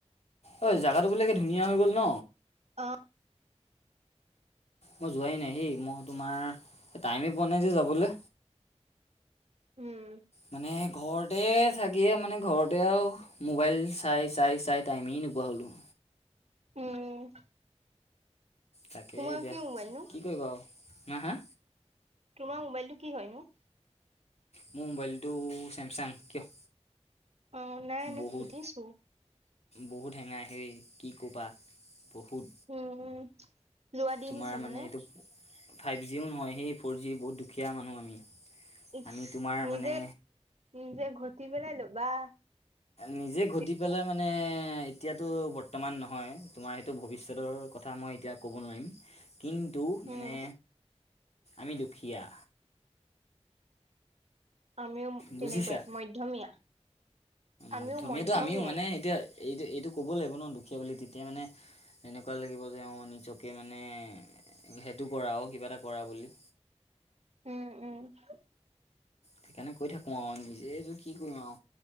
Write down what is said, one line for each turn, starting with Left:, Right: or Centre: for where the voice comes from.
Left: ঐ জাগাটো বোলে একে ধুনীয়া হৈ গ'ল ন।
Right: অহ।
Left: মই যোৱাই নাই সেই মই তোমাৰ টাইমেই পোৱা নাই যে যাবলে।
Right: উম।
Left: মানে ঘৰতে থাকিয়ে মানে ঘৰতে আৰু মোবাইল চাই চাই চাই টাইমেই নোপোৱা হ'লোঁ।
Right: উম।
Left: তাকেই
Right: তোমাৰ
Left: এতিয়া
Right: কি মোবাইল নো?
Left: কি কৰিবা আৰু হা হা।
Right: তোমাৰ মোবাইলটো কি হয় নো?
Left: মোৰ মোবাইলটো চেমচাং। কিয়?
Right: অ', নাই নাই
Left: বহুত
Right: সুধিছো
Left: বহুত হেঙাই হে কি ক'বা বহুত।
Right: উম উম লোৱা দিন
Left: তোমাৰ
Right: হৈছে মানে।
Left: এইটো ফাইভ জিও নহয় সেই ফ'ৰ জি বহুত দুখীয়া মানুহ আমি।
Right: ইচ
Left: আমি তোমাৰ
Right: নিজে
Left: মানে
Right: নিজে ঘটি পেলাই ল'বা।
Left: নিজে ঘটি
Right: তেতিয়া
Left: পেলাই মানে এতিয়াতো বৰ্তমান নহয় তোমাৰ সেইটো ভৱিষ্যতৰ কথা মই এতিয়া ক'ব নোৱাৰিম কিন্তু
Right: উম,
Left: মানে আমি দুখীয়া।
Right: আমিও তেনেকুৱাই
Left: বুজিছা
Right: মধ্যমীয়া। আমিও
Left: মধ্যমীয়াটো
Right: মধ্যমীয়াই।
Left: আমিও মানে এতিয়া এইটো এইটো ক'ব লাগিব ন দুখীয়া বুলি তেতিয়া মানে এনেকোৱা লাগিব যে অ নিজকে মানে সেইটো কৰা অ কিবা এটা কৰা বুলি।
Right: উম উম হুহ।
Left: সেইকাণে কৈ থাকো আও নিজেই যে কি কৰিম আও